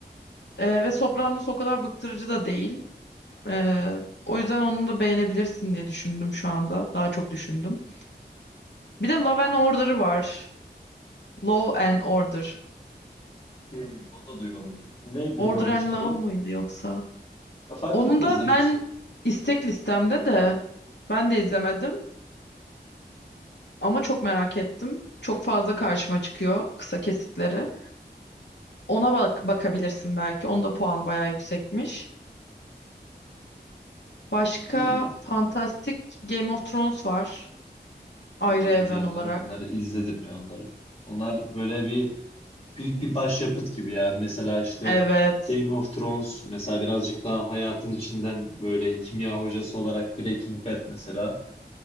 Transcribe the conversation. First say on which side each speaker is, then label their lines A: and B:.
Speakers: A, on the left; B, on the left.
A: Ee, ve Sopranos o kadar bıktırıcı da değil. Ee, o yüzden onu da beğenebilirsin diye düşündüm şu anda. Daha çok düşündüm. Bir de Love and Order var. Law and Order.
B: Hmm, onu da duymadım. Neyi peki
A: Order
B: onun
A: and
B: içeriği?
A: Love mıydı yoksa?
B: Ya fark
A: Onun
B: etmez
A: da
B: yani.
A: ben istek listemde de ben de izlemedim. Ama çok merak ettim. Çok fazla karşıma çıkıyor kısa kesitleri. Ona bak bakabilirsin belki. Onun da puanı bayağı yüksekmiş. Başka
B: İyi.
A: fantastik Game of Thrones var. Ayrı
B: Onlar
A: evren
B: güzel
A: olarak.
B: canım. Onları izledim ya onları. Onlar böyle bir büyük bir başyapıt gibi yani. Mesela işte
A: Evet.
B: Game of Thrones mesela birazcık daha hayatın içinden böyle kimya hocası olarak Breaking Bad mesela.